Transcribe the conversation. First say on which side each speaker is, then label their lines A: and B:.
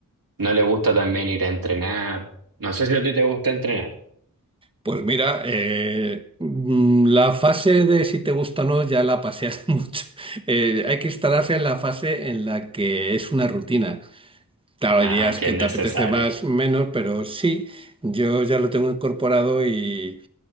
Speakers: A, on the right; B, on the right.
A: no le gusta también ir a entrenar. No sé si a ti te gusta entrenar.
B: Pues mira, eh, mm, la fase de si te gusta o no ya la pasé hace <laughs> mucho. Eh, hay que instalarse en la fase en la que es una rutina. Claro,
A: Ajá,
B: hay días
A: que
B: que
A: es necesario.
B: te apetece más, menos, pero sí, yo ya lo tengo incorporado y